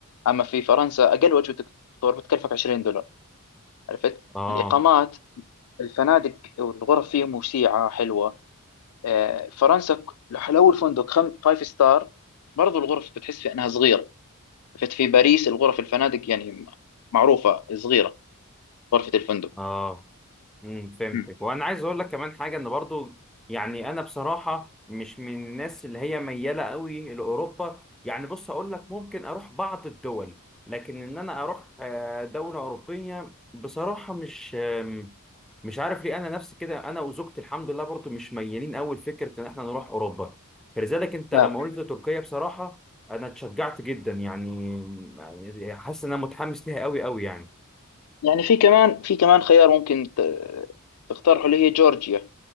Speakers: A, on the left; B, in the centre.
A: أما في فرنسا أقل وجبة فطور بتكلفك 20 دولار عرفت
B: اه
A: الإقامات الفنادق والغرف فيهم وسيعة حلوة آه، فرنسا ك- لو الفندق خم... فايف ستار برضو الغرف بتحس في انها صغيره فت في باريس الغرف الفنادق يعني معروفه صغيره غرفه الفندق
B: اه امم فهمتك
A: مم.
B: وانا عايز اقول لك كمان حاجه ان برضو يعني انا بصراحه مش من الناس اللي هي مياله قوي لاوروبا يعني بص اقول لك ممكن اروح بعض الدول لكن ان انا اروح آه، دوله اوروبيه بصراحه مش آم، مش عارف ليه انا نفسي كده انا وزوجتي الحمد لله برضو مش ميالين قوي لفكره ان احنا نروح اوروبا فلذلك انت لما
A: آه.
B: قلت تركيا بصراحه انا اتشجعت جدا يعني يعني حاسس ان انا متحمس ليها قوي قوي يعني
A: يعني في كمان في كمان خيار ممكن ت- تقترحه اللي هي جورجيا